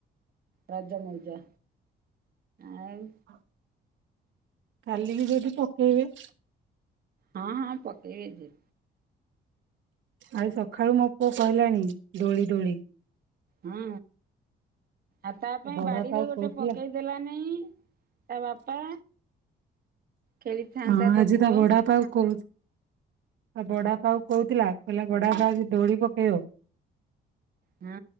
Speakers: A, on the right (about 50°); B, on the right (about 70°).
A: ରଜମଉଜ ଆଉ
B: ହଁ କାଲି କି ଯଦି ପକେଇବେ।
A: ହଁ ହଁ ପକେଇ ବେ ଯେ।
B: ଆଜି ସକାଳୁ ମୋ ପୁଅ କହିଲାଣି ଦୋଳି ଦୋଳି।
A: ହୁଁ, ଆ ତା ପାଇଁ
B: ବଡାପା
A: ବାଡିରେ ଗୋଟେ
B: କହୁଥିଲା
A: ପକେଇ ଦେଲାନେଇ ତା ବାପା। ଖେଳିଥାନ୍ତା
B: ହଁ
A: ତୋ
B: ଆଜି
A: ପୁଅ
B: ତା ବଡା ବାପାକୁ କହୁ ତା ବଡା ପା କହୁଥିଲା କହିଲା ବଡା ପା ଆଜି ଦୋଳି ପକେଇବ।
A: ହୁଁ।